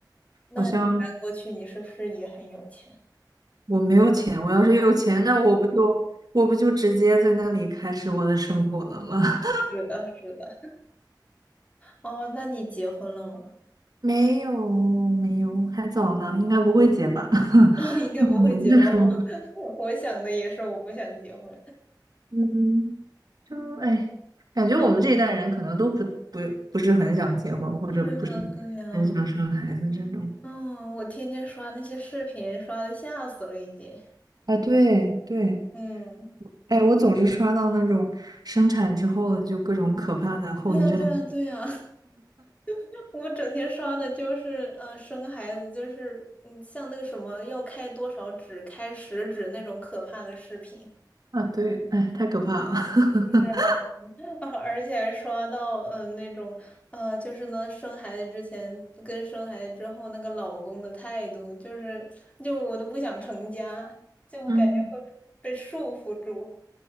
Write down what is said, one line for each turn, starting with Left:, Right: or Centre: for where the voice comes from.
Left: 那你搬过去，
Right: 好像
Left: 你是不是也很有钱？
Right: 我没有钱，我要是有钱，那我不就我不就直接在那里开始我的生活了吗？<laughs>
Left: 是的，是的。哦，那你结婚了吗？
Right: 没有，没有，还早呢，应该不会结吧？<laughs>
Left: <laughs> 哦，应该不会结吧？
Right: 嗯，再说。
Left: 我 <laughs> 我想的也是，我不想结婚。
Right: 嗯，就哎，感觉我们这一代人可能都不不不是很想结婚，或者不是很想生孩子这种。
Left: 对呀，对呀，嗯，我天天刷那些视频，刷的吓死了，已经。
Right: 啊，对对，
Left: 嗯，
Right: 哎，我总是刷到那种生产之后就各种可怕的后遗症。
Left: 对呀，对呀，对呀，<laughs> 我整天刷的就是呃，生孩子就是嗯，像那个什么要开多少指，开十指那种可怕的视频。
Right: 啊，对，哎，太可怕了。<laughs>
Left: 是啊。<laughs> 啊而且还刷到，嗯、呃那种，呃，就是呢，生孩子之前跟生孩子之后那个老公的态度，就是，就我都不想成家，就感觉会被束缚住。
Right: 嗯，